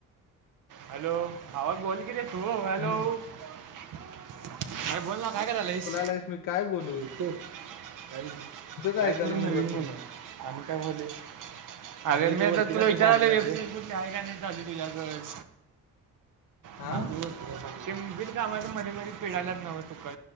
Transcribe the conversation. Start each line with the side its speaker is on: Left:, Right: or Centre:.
Right: हॅलो. भावा बोल तू हॅलो
Left: हम्म
Right: अरे बोल ना. काय करलयस?
Left: त्यावेळेस काय बोल
Right: येते. काही नाही.
Left: ऐकायलो
Right: काय तरी
Left: मी
Right: नवीन
Left: बसून
Right: म्हण. आणि काय बोलले. अरे मी तर तुला विचारली. वेबसाइट कुठली आहे का नाही चालू, तुझ्याकड.
Left: हा
Right: <unintelligible> <unintelligible> चिंब, बिन कामाच्या मध्ये मध्ये पिढायलाच नवं चुका.